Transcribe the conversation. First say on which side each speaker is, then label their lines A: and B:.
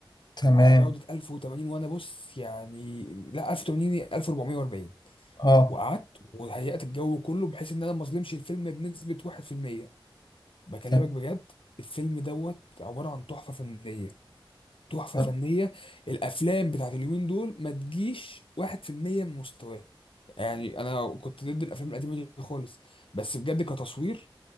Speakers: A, on the left; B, on the left.
A: تمام
B: على جودة 1080 وانا بص يعني لا 1080 1440
A: اه
B: وقعدت وهيأت الجو كله بحيث ان انا ما اظلمش الفيلم بنسبة 1% بكلمك
A: تمام
B: بجد الفيلم دوت عبارة عن تحفة فنية تحفة
A: طب
B: فنية الافلام بتاعت اليومين دول ما تجيش 1% من مستواه يعني انا كنت ضد الافلام القديمة دي خالص بس بجد كتصوير